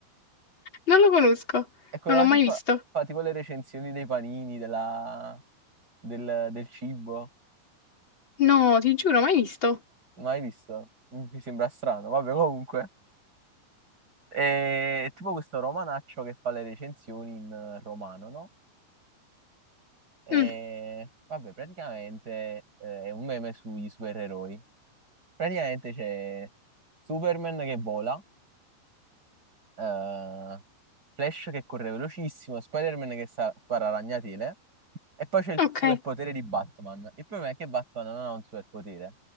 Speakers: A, on the left; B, on the right.
A: Non lo conosco.
B: È quello
A: Non
B: là
A: l'ho mai
B: che fa,
A: visto.
B: fa tipo le recensioni dei panini, della- del, del cibo.
A: No, ti giuro, mai visto.
B: Mai visto? Mm, Mi sembra strano, vabbè comunque. E- È tipo questo romanaccio che fa le recensioni in eh, romano, no? E
A: Mm,
B: vabbè, praticamente eh, è un meme sugli supereroi. Praticamente c'è Superman che vola, eh, Flash che corre velocissimo, Spider-Man che sa- spara ragnatele e poi c'è il
A: ok,
B: superpotere di Batman. Il problema è che Batman non ha un superpotere